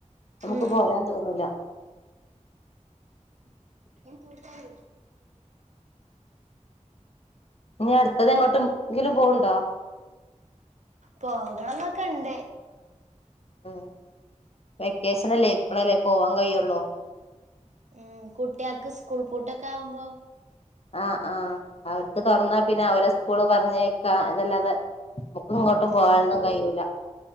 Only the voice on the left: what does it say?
നമുക്ക്
പോരാൻ തോന്നൂല.
ഇഞ്ഞി അടുത്തതെങ്ങോട്ടുംങ്കിലും പോവ്ണ്ടോ?
ആഹ്, വെക്കേഷനല്ലേ ഇപ്പളല്ലേ പോവാൻ കഴിയുള്ളൂ.
ആഹ്, ആഹ് അവർക്ക് തുറന്നാ പിന്നെ അവരെ സ്കൂള് പറഞ്ഞേക്കാ ഇതല്ലാതെ നമുക്ക് ഇങ്ങോട്ടും പോവാനൊന്നും
കഴിയൂല.